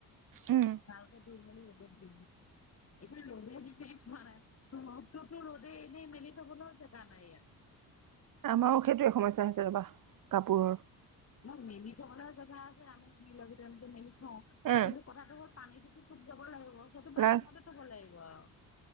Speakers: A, on the right (about 55°); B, on the left (about 40°).
A: উম
B: ভালকে দি নি একে ৰ'দে দিছে ৰ'দটোতো ৰদে এনে মেলি থবলেও জেগা নাই ইয়াত
A: আমাৰো সেইটোৱে সমস্যা হৈছে ৰবা কাপোৰৰ
B: ন মেমি থৰ জেগা আছেম য লি যে ম <unintelligible> অ
A: উম
B: কিন্তু কথাটো হ'ল পানীটোখো খুব যাব লাগিব সটো বাথৰুমতে
A: লাগ
B: থ'ব লাগিব <unintelligible> আহ